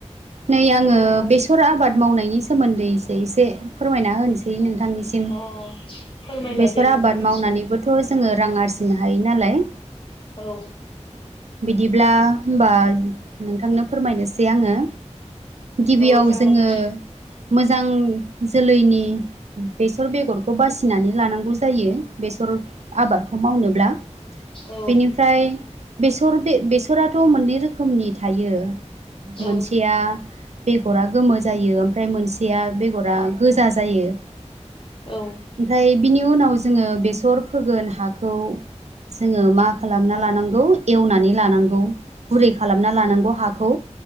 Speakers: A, on the right; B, on the left.
A: नै आङो
B: बुंनो हागोन
A: बेसर आबाद मावनायनि सोमोन्दै एसे एसे फोरमायना होनोसै नोंथांनिसिम।
B: अ' फोरमायलाय
A: बेसर
B: दे नोंथां
A: आबाद मावनानैबोथ' जोङो रां आरजिनो हायो नालाय।
B: औ
A: बिदिब्ला होमबा नोंथांनो फोरमायनोसै आंङो। गिबियाव
B: औ जागोन
A: जोङो
B: दे
A: मोजां जोलैनि बेसर बेगर खौ बासिनानै लानांगौ जायो बेसर आबादखौ मावनोब्ला।
B: औ
A: बेनिफ्राय बेसर बे-बेसराथ' मोननै रोखोमनि थायो।
B: औ
A: मोनसे या बेगरा गोमो जायो ओमफ्राय मोनसेया बेगरा गोजा जायो।
B: औ
A: ओमफ्राय बिनि उनाव जोङो बेसर फोगोन हाखौ जोङो मा खालामना लानांगौ एवनानै लानांगौ। गुरै खालामना लानांगौ हाखौ।